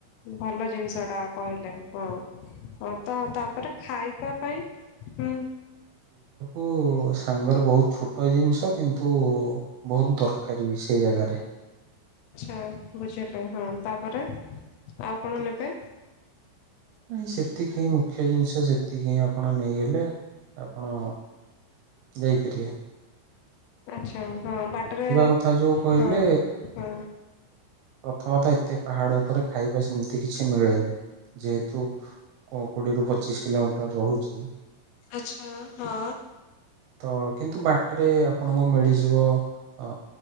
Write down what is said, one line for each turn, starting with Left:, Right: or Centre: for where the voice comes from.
Left: ଭଲ ଜିନିଷ ଟା କହିଲେ ହଁ। ହଁ ତ ତାପରେ ଖାଇବା ପାଇଁ ହୁଁ।
Right: ଓଃ ସାଙ୍ଗର ବହୁତ ଛୋଟ ଜିନିଷ କିନ୍ତୁ ବହୁତ ଦରକାରୀ ବି ସେଇ ଜାଗାରେ।
Left: ହୁଁ ବୁଝିଲେ ହଁ ତା ପରେ। ଆଉ କଣ
Right: ତ
Left: ନେବେ?
Right: ନାଇଁ ସେତିକି ହିଁ ମୁଖ୍ୟ ଜିନିଷ। ସେତିକି ହି ଆପଣ ନେଇଗଲେ ଆପଣ ଯାଇ ପାରିବା।
Left: ଆଚ୍ଛା! ହଁ ବାଟରେ
Right: କଥା ଯୋଉ କହିଲେ
Left: ହଁ ହଁ
Right: ପ୍ରଥମତଃ ଏତେ ପାହାଡ ଉପରେ ଖାଇବା ସେମିତି କିଛି ମିଳେନି। ଯେହେତୁ କୋଡିଏରୁୁ ପଚିଶ କିଲୋମିଟର ରହୁଛି।
Left: ଆଚ୍ଛା ହଁ।
Right: ତ କିନ୍ତୁ ବାଟରେ। ଆପଣଙ୍କୁ ମିଳିଯିବ ଆ